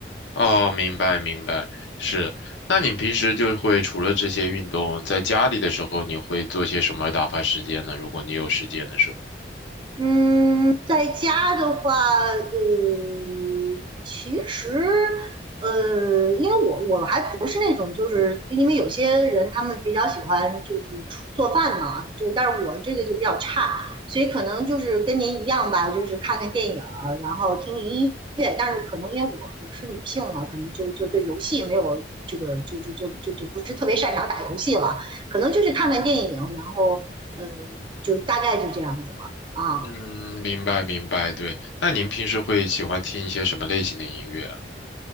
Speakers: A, on the left; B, on the right.
A: 哦，明白明白，是。那你平时就会除了这些运动，在家里的时候，你会做些什么打发时间呢？如果你有时间的时候。
B: 嗯，在家的话，呃，其实，呃，因为我我还不是那种，就是因为有些人他们比较喜欢就是出做饭嘛，就但是我这个就比较差，所以可能就是跟您一样吧，就是看看电影儿，然后听听音乐，但是可能因为我我是女性嘛，可能就就对游戏没有这个就就就就就不是特别擅长打游戏了，可能就是看看电影，然后呃，就大概就这样子了。啊，
A: 嗯，明白明白，对。那您平时会喜欢听一些什么类型的音乐啊？